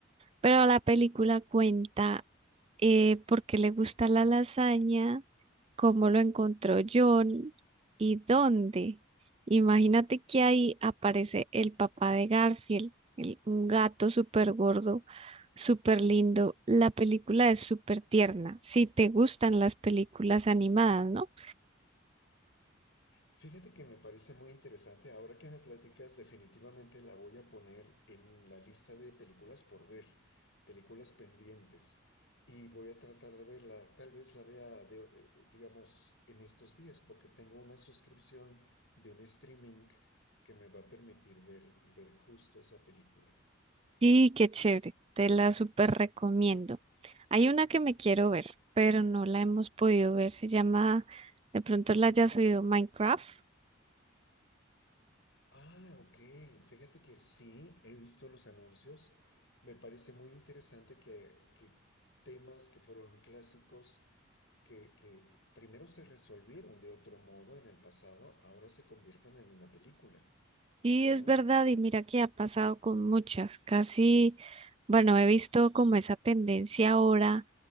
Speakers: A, on the right; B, on the left.
A: Pero la película cuenta eh, por qué le gusta la lasaña, cómo lo encontró John y dónde. Imagínate que ahí aparece el papá de Garfield, el- un gato súper gordo, súper lindo. La película es súper tierna, si te gustan las películas animadas, ¿no?
B: Fíjate que me parece muy interesante. Ahora que me platicas, definitivamente la voy a poner en la lista de películas por ver, películas pendientes. Y voy a tratar de verla. Tal vez la vea, de- eh, digamos, en estos días, porque tengo una suscripción de un streaming que me va a permitir ver, ver justo esa película.
A: Sí, qué chévere, te la súper recomiendo. Hay una que me quiero ver, pero no la hemos podido ver, se llama, de pronto la hayas oído, Minecraft.
B: Ah, ok. Fíjate que sí, he visto los anuncios. Me parece muy interesante que, que temas que fueron clásicos, que, que primero se resolvieron de otro modo en el pasado, ahora se conviertan en una película,
A: Sí,
B: ¿no?
A: es verdad, y mira que ha pasado con muchas, casi, bueno, he visto como esa tendencia ahora